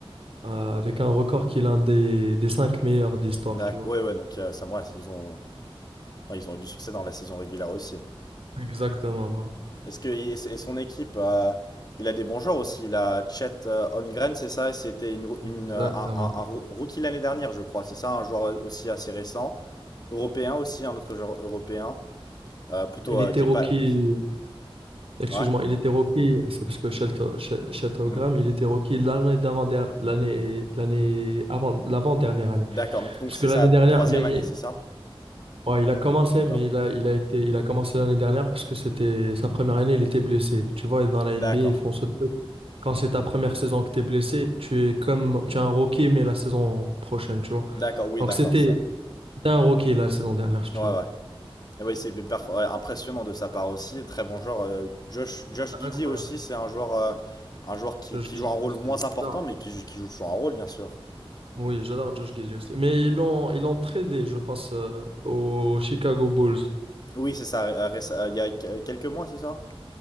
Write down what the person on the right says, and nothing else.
euh, avec un record qui est l'un des, des cinq meilleurs de l'histoire,
tu vois.
Exactement, voilà.
Exactement.
Il
était
rookie,
excuse-moi,
il était rookie, c'est parce que Shelto- She- Sheltogram,
il était rookie l'année d'avant der- l'année l'année avant l'avant-dernière année.
Parce
que l'année
dernière,
mais
Ouais, il a commencé,
mais il a, il a été, il a commencé l'année dernière parce que c'était sa première année, il était blessé. Tu vois, dans la
NBA, ils font ce truc. Quand c'est ta première saison que tu es blessé, tu es comme, tu es un rookie, mais la saison prochaine, tu vois.
Donc
c'était,
c'était un rookie la saison dernière, si tu
veux.
Incroyable.
Josh
Giddey
aussi,
j'adore.
Oui, j'adore Josh Giddey aussi. Mais ils l'ont, ils l'ont tradé, je pense, euh, aux Chicago Bulls.